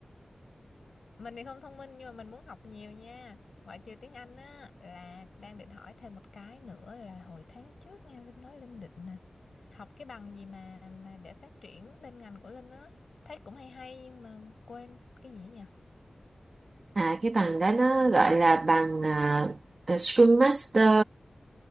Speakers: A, on the left; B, on the right.
A: Mình thì không thông minh nhưng mà mình muốn học nhiều nha. Ngoại trừ tiếng Anh á là đang định hỏi thêm một cái nữa là hồi tháng trước nghe Linh nói Linh định nè. Học cái bằng gì mà mà để phát triển bên ngành của Linh á, thấy cũng hay hay nhưng mà quên cái gì ấy nhỉ?
B: à cái bằng đó nó
A: Cái bằng
B: gọi
A: gì? ấy?
B: là bằng uh, Scrum Master